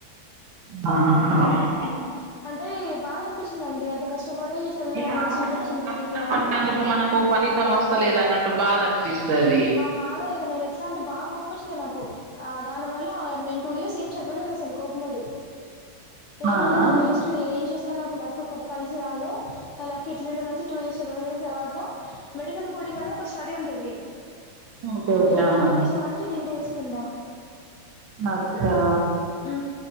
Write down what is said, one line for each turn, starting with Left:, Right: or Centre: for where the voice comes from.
Right: <unintelligible>
Left: ఉ ప్చ్ అంటే బాధ అనిపించింది అండి ఎంత కష్టపడి చదివాను
Right: మీ ఆవును
Left: సీట్ వచ్చింది
Right: కష్టపడినందుకు
Left: ఫ్రీగా
Right: మనకు ఫలితం వస్తలేదు అన్నట్టు బాధ అనిపిస్ స్థాది
Left: బాధే కద నేను అట్ల అంటే బాగా కోపం వచ్చింది నాకు ఆ దానివల్ల నేను టూ ఇయర్స్ ఏం చదవలేదు అసలు కోపం పడి ఏం
Right: ఆ
Left: వద్దు
Right: ఆ
Left: వేస్ట్ నేను ఏం చేస్ థ నాకు లక్ పు కలిసి రాదు ఆ లక్ ఇట్లుంటది టూ ఇయర్స్ చదవలేదు తర్వాత మెడికల్ కోడింగ్ అని ఒక స్టడీ ఉంటది
Right: ఓకే ఓకే
Left: ఇక
Right: ఆహా
Left: దాని కోసం అనేసి డిగ్రీ చేసుకున్న
Right: నాక్కా
Left: ఉ